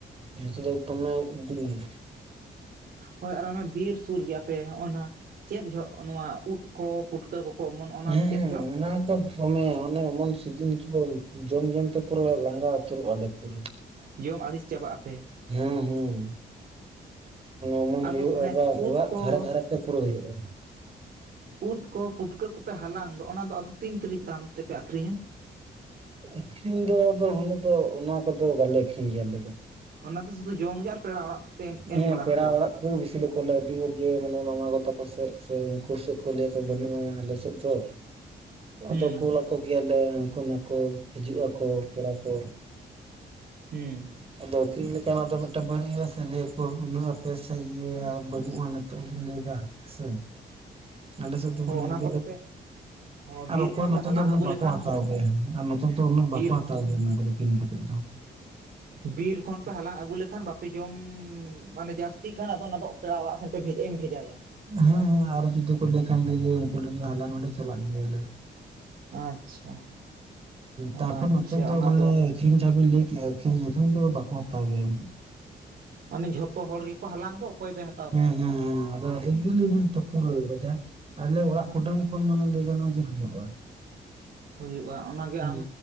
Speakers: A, on the right; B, on the right.
A: ᱱᱚᱛᱮ ᱫᱚ ᱫᱚᱢᱮ ᱵᱤᱨ।
B: ᱦᱳᱭ ᱟᱨ ᱵᱤᱨ ᱥᱩᱨ ᱜᱮᱭᱟᱯᱮ ᱦᱚᱸᱜᱼᱚᱭ ᱱᱟ ᱪᱮᱫ ᱡᱚ ᱱᱚᱣᱟ ᱩᱫ ᱠᱚ ᱯᱩᱴᱠᱟᱹ ᱠᱚᱠᱚ ᱚᱢᱚᱱᱚᱜᱼᱟ ᱚᱱᱟ
A: ᱦᱮᱸ
B: ᱫᱚ ᱪᱮᱫ ᱡᱚᱜ?
A: ᱚᱱᱟ ᱫᱚ ᱫᱚᱢᱮ ᱚᱱᱮ ᱮᱢᱚᱱ ᱥᱤᱡᱤᱱ ᱦᱤᱡᱩᱜ-ᱟ ᱡᱚᱢ ᱡᱚᱢ ᱛᱮ ᱯᱩᱨᱟᱹ ᱞᱟᱸᱜᱟ ᱩᱛᱟᱹᱨᱚᱜ ᱟᱞᱮ ᱯᱩᱨᱟᱹ।
B: ᱡᱚᱢ ᱟᱹᱲᱤᱥ ᱪᱟᱵᱟᱜ ᱟᱯᱮ।
A: ᱦᱮᱸ ᱦᱮᱸ, ᱚᱢᱚᱱ
B: ᱟᱫᱚ
A: ᱦᱩᱭᱩᱜᱼᱟ
B: ᱚᱱᱮ
A: ᱵᱟᱝ
B: ᱩᱫ
A: ᱚᱲᱟᱜ
B: ᱠᱚ
A: ᱫᱷᱟᱨᱮ ᱫᱷᱟᱨᱮ ᱛᱮ ᱯᱩᱨᱟᱹ ᱦᱩᱭᱩᱜᱼᱟ।
B: ᱩᱫ ᱠᱚ ᱯᱩᱴᱠᱟᱹ ᱠᱚᱯᱮ ᱦᱟᱞᱟᱝ ᱫᱚ ᱚᱱᱟ ᱫᱚ ᱟᱫᱚ ᱛᱤᱱ ᱛᱤᱨᱤᱡ ᱫᱟᱢ ᱛᱮᱯᱮ ᱟᱠᱷᱨᱤᱧᱟ?
A: ᱟᱹᱠᱷᱨᱤᱧ ᱫᱚ ᱟᱫᱚ ᱩᱱᱟᱹᱜ ᱫᱚ ᱚᱱᱟ ᱠᱚᱫᱚ ᱵᱟᱞᱮ ᱟᱠᱷᱨᱤᱧ ᱜᱮᱭᱟ ᱟᱞᱮ ᱫᱚ।
B: ᱚᱱᱟ ᱫᱚ ᱥᱩᱫᱩ ᱡᱚᱢ ᱜᱮ ᱟᱨ ᱯᱮᱲᱟ ᱚᱲᱟᱜ ᱯᱮ ᱮᱢ
A: ᱦᱮᱸ
B: ᱵᱟᱲᱟ
A: ᱯᱮᱲᱟ
B: ᱟᱠᱚᱣᱟ᱾
A: ᱚᱲᱟᱜ ᱩ ᱵᱮᱥᱤ ᱞᱮ ᱠᱚᱞ ᱟᱹᱰᱤ ᱦᱚᱲ ᱜᱮ ᱢᱟᱱᱮ ᱢᱟᱢᱟ ᱜᱚ ᱛᱟᱠᱚ ᱥᱮᱡ ᱥᱮ ᱩᱱᱠᱩ ᱥᱮᱫ ᱠᱚ ᱞᱟᱹᱭ ᱟᱠᱚ ᱵᱟᱹᱱᱩᱜᱼᱟ ᱟᱞᱮᱥᱮᱫ ᱫᱚ।
B: ᱦᱩᱸ
A: ᱟᱫᱚ ᱠᱳᱞ ᱟᱠᱚ ᱜᱮᱭᱟᱞᱮ ᱩᱱᱠᱩ ᱱᱟᱠᱚ ᱦᱤᱡᱩᱜᱼᱟᱠᱚ ᱯᱮᱲᱟ ᱠᱚ।
B: ᱦᱩᱸ।
A: ᱟᱫᱚ ᱪᱮᱫ ᱞᱮᱠᱟ ᱱᱟᱜ ᱫᱚ ᱢᱤᱫᱴᱟ ᱵᱟᱨᱭᱟ ᱥᱮ ᱞᱟ. ᱭ ᱟᱠᱚ ᱩᱱᱟᱹᱜ ᱟᱯᱮ ᱥᱮᱭ ᱤᱭᱟᱹ।
B: ᱦᱩᱸ
A: ᱱᱚᱜᱼᱚᱭ ᱱᱤᱛᱚᱜ ᱦᱚᱸᱢ ᱞᱟᱹᱭᱫᱟ ᱥᱮ ᱟᱞᱮ ᱥᱮᱫ ᱫᱚ
B: ᱦᱚᱸ
A: ᱢᱟᱱᱮ <unintelligible>
B: ᱚᱱᱟ ᱠᱚᱫᱚ ᱯᱮ ᱦᱚᱸ
A: ᱟᱨ
B: ᱵᱤᱨ
A: ᱚᱠᱚᱭ
B: ᱠᱷᱚᱱ ᱯᱮ
A: ᱱᱚᱛᱮ
B: ᱦᱟᱞᱟᱝ
A: ᱫᱚ ᱩᱱᱟᱹᱜ
B: ᱟᱹᱜᱩ ᱞᱮᱠᱷᱟᱱ
A: ᱵᱟᱠᱚ ᱦᱟᱛᱟᱣ ᱜᱮᱭᱟ, ᱟᱨ ᱱᱚᱛᱮ ᱫᱚ ᱩᱱᱟᱹᱜ ᱵᱟᱠᱚ
B: ᱵᱤᱨ
A: ᱦᱟᱛᱟᱣ ᱜᱮᱭᱟ ᱚᱱᱟ ᱠᱚᱫᱚ ᱠᱤᱨᱤᱧ ᱠᱟᱛᱮᱫ ᱫᱚ।
B: ᱵᱤᱨ ᱠᱷᱚᱱ ᱯᱮ ᱦᱟᱞᱟᱝ ᱟᱹᱜᱩ ᱞᱮᱠᱷᱟᱱ ᱵᱟᱯᱮ ᱡᱚᱢ ᱢᱟᱱᱮ ᱡᱟᱹᱥᱛᱤᱜ ᱠᱷᱟᱱ ᱟᱫᱚ ᱚᱱᱟᱫᱚ ᱯᱮᱲᱟ ᱚᱲᱟᱜ ᱥᱮᱱ ᱯᱮ ᱵᱷᱮ ᱵᱷᱮᱡᱟᱭᱟ?
A: ᱦᱩᱸ ᱦᱩᱸ ᱟᱨ ᱡᱩᱫᱤ ᱠᱚ ᱞᱟᱹᱭ ᱠᱷᱟᱱ ᱫᱚ ᱩᱱᱠᱩ ᱞᱟᱹᱜᱤᱫ ᱦᱟᱞᱟᱝ ᱱᱚᱰᱮ ᱪᱟᱞᱟᱜ ᱜᱮᱭᱟᱞᱮ।
B: ᱟᱪᱪᱷᱟ। ᱟᱪᱪᱷᱟ
A: ᱛᱟᱨᱯᱚᱨ ᱱᱚᱛᱮ ᱫᱚ
B: ᱚᱱᱟ
A: ᱢᱟᱱᱮ ᱟᱹᱠᱷᱨᱤᱧ ᱡᱟᱦᱟᱸ ᱵᱤᱱ ᱞᱟᱹᱭ ᱠᱮᱜᱼᱟ, ᱟᱹᱠᱷᱨᱤᱧ ᱫᱚ ᱵᱟᱠᱚ ᱦᱟᱛᱟᱣ ᱜᱮᱭᱟ।
B: ᱢᱟᱱᱮ ᱡᱷᱚᱛᱚ ᱦᱚᱲ ᱜᱮᱠᱚ ᱦᱟᱞᱟᱝ ᱫᱚ ᱚᱠᱚᱭ ᱫᱚᱭ ᱦᱟ
A: ᱦᱮᱸ ᱦᱮᱸ ᱦᱮᱸ ᱟᱫᱚ ᱮᱵᱤᱞᱮᱵᱤᱞ ᱛᱚ ᱯᱩᱨᱟ ᱵᱟᱡᱟᱨ ᱟᱞᱮ ᱚᱲᱟᱜ
B: ᱦᱩᱸ
A: ᱠᱩᱴᱟᱹᱢ ᱩᱱ ᱢᱟᱱᱮ ᱞᱟᱹᱭ ᱛᱟᱵᱚᱜᱼᱟ ᱡᱮ <unintelligible>
B: ᱦᱩᱭᱩᱜᱼᱟ, ᱚᱱᱟᱜᱮ
A: ᱦᱩᱸ
B: ᱟᱢ